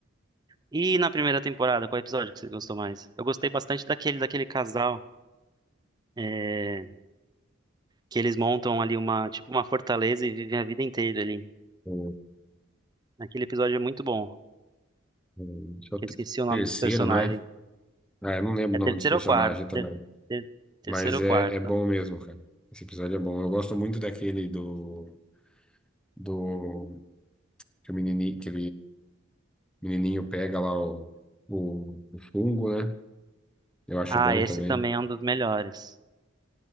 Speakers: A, on the right; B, in the centre.
A: E na primeira temporada, qual episódio que você gostou mais? Eu gostei bastante daquele daquele casal é, que eles montam ali uma tipo uma fortaleza e vivem a vida inteira ali.
B: O,
A: Aquele episódio é muito bom.
B: o, esse é o te-
A: Eu esqueci o nome
B: terceiro,
A: dos personagens.
B: não é? Ah, eu não lembro
A: É
B: o
A: terceiro
B: nome dos personagens
A: ou quarto?
B: também.
A: Ter, ter- terceiro
B: Mas
A: ou
B: é,
A: quarto?
B: é bom mesmo, cara. Esse episódio é bom. Eu gosto muito daquele do, do que o menininho, que menininho pega lá o, o, o fungo, né? Eu acho
A: Ah,
B: bom
A: esse
B: também.
A: também é um dos melhores.